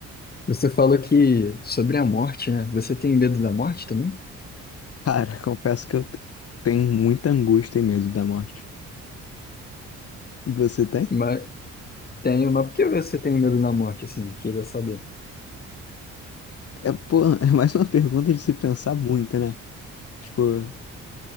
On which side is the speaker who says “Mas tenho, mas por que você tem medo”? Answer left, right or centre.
Left